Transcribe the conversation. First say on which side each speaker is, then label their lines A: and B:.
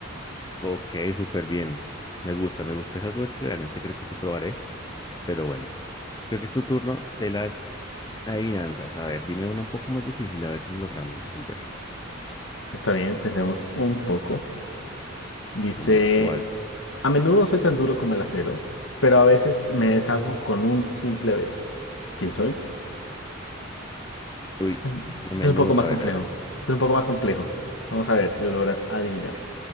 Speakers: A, on the left; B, on the left.
A: Ok, súper bien. Me gusta, me gusta. Es algo que realmente creo que sí probaré, pero bueno. Creo que es tu turno de las adivinanzas. A ver, dime una un poco más difícil, a ver si lo logramos resolver.
B: Está bien, pensemos un poco. Dice.
A: ¿Como cuál?
B: A menudo soy tan duro como el acero, pero a veces me deshago con un simple beso. ¿Quién soy?
A: Uy,
B: Mm,
A: a
B: Este
A: menudo,
B: es un poco más
A: a
B: complejo.
A: ver, a ver,
B: Este es un poco más complejo. Vamos a ver si lo logras adivinar.